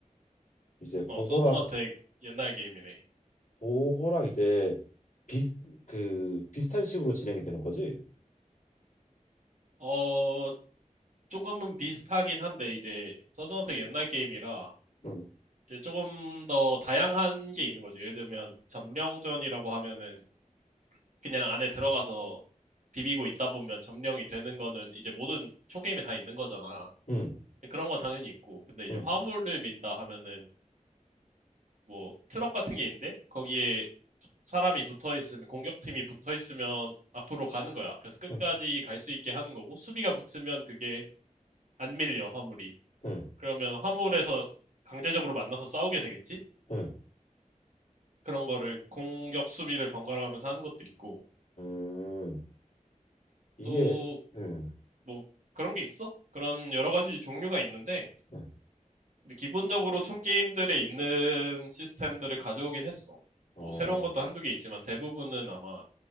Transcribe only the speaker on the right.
어,
서든어택 옛날 게임이네.
어, 조금은 비슷하긴 한데, 이제, 서든어택 옛날 게임이라,
이제 조금 더 다양한 게 있는 거죠. 예를 들면, 점령전이라고 하면은, 그냥 안에 들어가서 비비고 있다 보면 점령이 되는 거는 이제 모든 총게임에 다 있는 거잖아.
근데 그런 거 당연히 있고, 근데 이제
화물을 민다 하면은, 뭐 트럭 같은 게 있는데 거기에 사람이 붙어 있으면 공격팀이 붙어 있으면 앞으로 가는 거야. 그래서 끝까지
갈 수 있게 하는 거고 수비가 붙으면 그게 안 밀려 화물이.
그러면 화물에서 강제적으로 만나서 싸우게 되겠지?
그런 거를 공격 수비를 번갈아 가면서 하는 것도 있고
또
뭐 그런 게 있어. 그런 여러 가지 종류가 있는데
근데 기본적으로 총 게임들에 있는 시스템들을 가져오긴 했어.
뭐 새로운 것도 한두 개 있지만 대부분은 아마